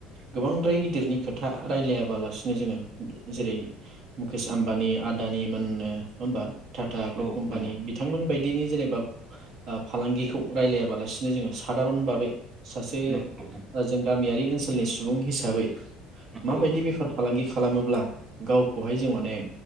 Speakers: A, on the right (about 55°); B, on the right (about 20°).
A: गोबांद्राय गिदिरनि खोथा रायलायाबालासिनो जोङो जेरै मुकेश आम्बानि आदानि मोननो ओमबा टाटा ग्रुप
B: औ
A: कम्पानि
B: नंगौ
A: बिथांमोन बायद दिनि जेनेबाब ओ फालांगिखौ रायलायाबालासिनो जोङो सादारन बाबै सासे
B: नंगौ नोंथां
A: जों गामियारि ओनसोलनि सुबुं हिसाबै माबायदि
B: नंगौ नोंथां
A: बेफार फालांगि खालामोब्ला गावखौहाय जों माने